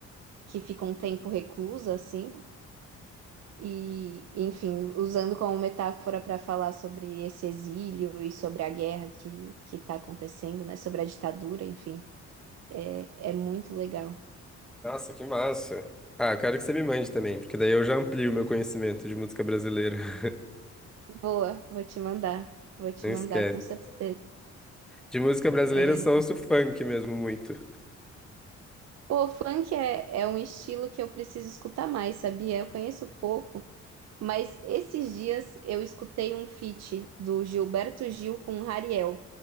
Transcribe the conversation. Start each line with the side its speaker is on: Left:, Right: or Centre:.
Right: que fica um tempo reclusa, assim, e, enfim, usando como metáfora para falar sobre esse exílio e sobre a guerra que que está acontecendo, né? Sobre a ditadura, enfim, é, é muito legal.
Centre: Nossa, que massa. Ah, eu quero que você me mande também, porque daí eu já amplio o meu conhecimento de música brasileira. <laughs>
Right: Boa, vou te mandar, vou te
Centre: Não
Right: mandar
Centre: esquece.
Right: com certeza.
Centre: De música brasileira
Right: É,
Centre: eu só ouço funk mesmo muito.
Right: Pô, funk é, é um estilo que eu preciso escutar mais, sabia? Eu conheço pouco, mas esses dias eu escutei um feat do Gilberto Gil com Rariel,